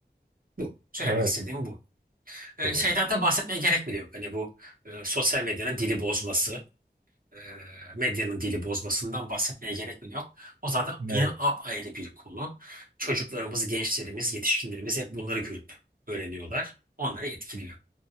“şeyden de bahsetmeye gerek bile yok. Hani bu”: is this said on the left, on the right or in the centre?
Right